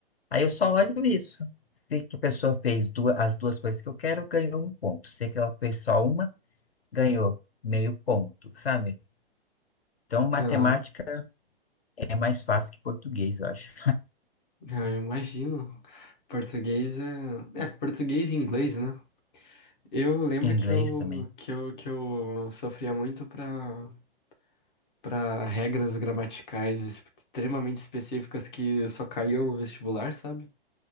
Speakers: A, on the left; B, on the left.
A: Aí eu só olho isso. Se que a pessoa fez duas, as duas coisas que eu quero, ganhou um ponto. Se que ela fez só uma, ganhou meio ponto, sabe? Então, matemática
B: Aham.
A: é mais fácil que português, eu acho.
B: Ah, eu imagino. Português é... É, português e inglês, né? Eu lembro
A: Inglês
B: que eu,
A: também.
B: que eu, que eu sofria muito para para regras gramaticais extremamente específicas que só caíam no vestibular, sabe?